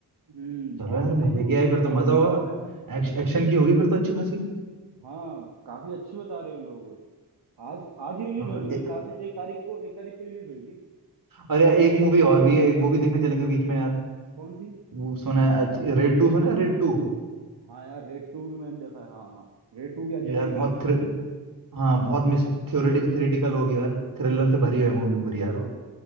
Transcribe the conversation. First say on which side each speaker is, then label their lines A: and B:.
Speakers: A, on the right; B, on the right.
A: हम्म बहुत
B: चलो यार
A: सही
B: मजे
A: मूवी
B: की आई
A: है
B: फिर
A: यार
B: तो मजा होगा एक्श, एक्शन की होगी फिर तो अच्छी खासी
A: हाँ काफी अच्छी बता रहे हैं लोग आज आज ही रिलीज
B: हाँ
A: हुई थी मेरे
B: ए,
A: ख्याल से एक तारीख को एक तारीख को रिलीज हुई थी
B: अरे यार एक मूवी और भी है एक वो भी देखने चलेंगे बीच में यार
A: कौन सी
B: वो सुना है अच्छी- रेड टू सुना है रेड टू
A: हाँ यार रेड टू भी मैंने देखा है हाँ हाँ रेड टू भी अजय
B: यार
A: भाई
B: बहुत
A: की
B: थ्रि, हाँ बहुत मिस थ्योरेटिक थ्योरेटिकल होगी यार थ्रिलर से भरी है मूवी पूरी यार वो